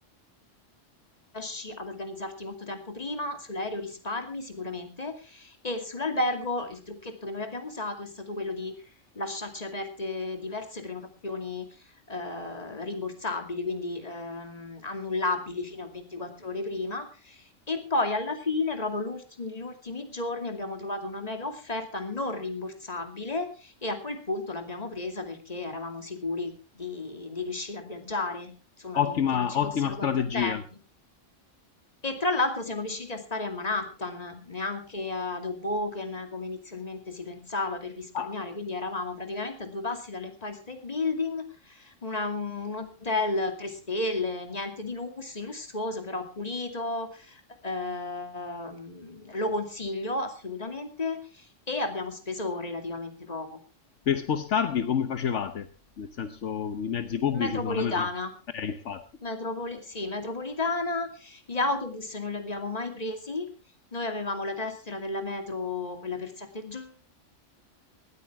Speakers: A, on the left (about 30°); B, on the left (about 70°).
A: riesci ad organizzarti molto tempo prima, sull'aereo risparmi sicuramente e sull'albergo il trucchetto che noi abbiamo usato è stato quello di lasciarci aperte diverse prenotazioni eh, rimborsabili, quindi ehm, annullabili fino a 24 ore prima. E poi alla fine, proprio l'ulti- gli ultimi giorni, abbiamo trovato una mega offerta non rimborsabile e a quel punto l'abbiamo presa perché eravamo sicuri di, di riuscire a viaggiare, insomma,
B: Ottima,
A: di- che non ci
B: ottima
A: fossero
B: strategia.
A: contrattempi. E tra l'altro siamo riusciti a stare a Manhattan, neanche ad Hoboken come inizialmente si pensava per risparmiare,
B: Ah,
A: quindi eravamo praticamente a due passi dall'Empire State Building, una- un hotel tre stelle, niente di lusso, di lussuoso, però pulito, ehm, lo consiglio assolutamente e abbiamo speso relativamente poco.
B: per spostarvi come facevate? Nel senso, i mezzi pubblici
A: Metropolitana,
B: sono la metro... Eh, infatti.
A: Metropoli- sì, metropolitana, gli autobus non li abbiamo mai presi, noi avevamo la tessera della metro, quella per sette giorni,